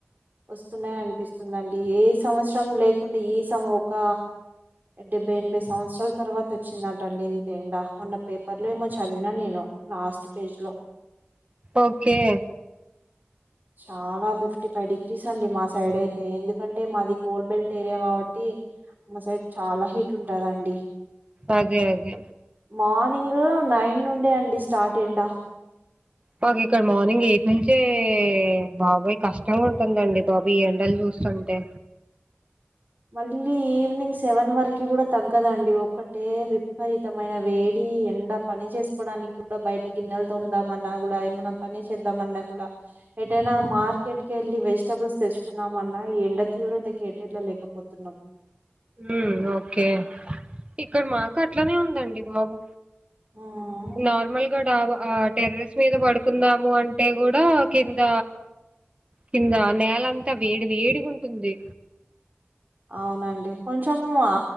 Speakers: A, on the right (about 45°); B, on the right (about 30°).
A: వస్తున్నాయి అనిపిస్తుందండి ఏ సంవత్సరం లేకుండా ఈ సంవస్సరం ఒక డెబ్బై ఎనభై సంవత్సరాల తర్వాత వచ్చిందటండి ఇంత ఎండా మొన్న పేపర్లో ఏమో చూ చదివినా నేను లాస్ట్ పేజ్ లో
B: ఓకే.
A: చాలా ఫిఫ్టిఫైవ్ డిగ్రీస్ అండి మా సైడ్ అయితే ఎందుకంటే మాది కోల్ బెల్ట్ ఏరియా కాబట్టి ఇ మా సైడ్ చాలా హీట్ ఉంటదండి
B: అదే అదే
A: మార్నింగ్ నైన్ నుండే అండి స్టార్ట్ ఎండ
B: మాకు ఇక్కడ మార్నింగ్ ఎయిట్ నుంచే బాబోయి కష్టంగా ఉంటుందండి బాబోయి ఎండలు చూస్తు స్తుంటే
A: మళ్ళీ ఈవినింగ్ సెవెన్ వరకి కూడా తగ్గదండి ఒకటే విపరీతమైన వేడి ఈ ఎండా పని చేసుకోవడానికి కూడా బయట గిన్నెలు తొందమన్న కూడా ఏమన్నా పని చేద్దామన్నా కూడా ఏటైనా మార్కెట్ కెళ్ళి వెజిటబుల్స్ తెచ్చుకున్నామన్నా ఎండ తీవ్రత కి ఏటేళ్లేక పొతున్నాం
B: ఉమ్ ఓకే ఇక్కడ మాకు అట్లనే ఉందండి బాబు
A: ఉమ్
B: నార్మల్గా డాబా ఆ టెర్రస్ మీద పడుకుందాము అంటే కూడా కింద కింద నేలంతా వేడి వేడిగా ఉంటుంది
A: అవునండి కొంచెం ఆ